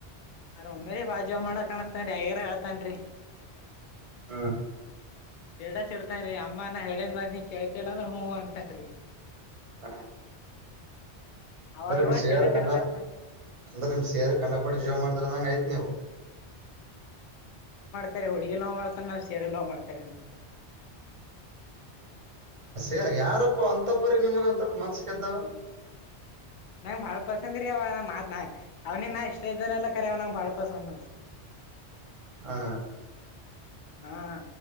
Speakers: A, on the left; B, on the right.
A: ಆರೇರಿ ಬ ಜೋ ಮಾಡ ಕಾಣಿಸಸ್ತನ್ ಹಾಗಗ್ಯ್ರ ಹೇಳ್ತನ್ ರಿ
B: ಹಾ
A: ಚಡ ಚಡ್ತಾನ್ ಅಮ್ಮನ ಹೇಳೇನ್ ಮ ನೀ ಕೇಳ್ತಲ್ಲ ಅಂದ್ರ ಹ ಅಂತನ್ರಿ
B: ಹಾ
A: ಅವಾಗ
B: ಅಂದ್ರ ನಿಮ್
A: ಇವಾಗ
B: ಶೇಯರ್
A: ಸ್ಟೇಟಸ್
B: ಕಂಡ
A: ಇಡ್ತಾರ
B: ಅಂದ್ರ ನಿಮ್ ಶೇಯರ್ ಕಂಡಪಟ್ಟ ಜೋ ಮಾಡ್ತಾರ ಅಂದಂಗಗೆ ಆಯ್ತ್ ನೀವು
A: ಸರಿ ಹುಡುಗಿ ಲವ್ ಮಾಡ್ತಾನ ಸಾರಿ ಲವ್ ಮಾಡ್ತಾರೆ
B: ಏ ಯಾರಪ್ಪ ಅಂತ ಪರಿ ನಿಮ್ಗ ಅಂತಪ್ಪ ಮನ್ಸಗೆದ್ದಾವ?
A: ನಂಗ್ ಬಾಳ್ ಪಸಂದ್ರೀ ಅವ ನ ಮಾತ್ ಅವನಿ ನಾ ಇಷ್ಟ ಇದ್ದನೆ ಎಲ್ಲ ಕರಿ ಅವ ನಂಗ ಬಾಳ್ ಪಸಂದ್ ನೋಡ್ರಿ
B: ಹ
A: ಹಾ